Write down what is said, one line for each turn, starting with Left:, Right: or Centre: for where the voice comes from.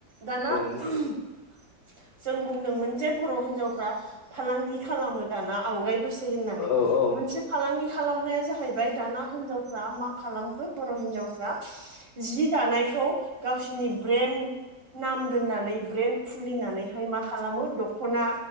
Right: दाना
Left: ओ औ बुंनाय
Right: जों बुंदोंमोन जे बर' हिनजावफ्रा फालांगि खालामो दाना आवगाय बोसोर होननानै
Left: औ औ औ औ
Right: मोनसे फालांगि खालामनाया जाहैबाय दाना हिनजावफ्रा मा खालामखो बर' हिनजावफ्रा जि दानायखौ गावसिनि ब्रेन्ड नाम दोननानै ब्रेन खुलिनानैहाय मा खालामो दख'ना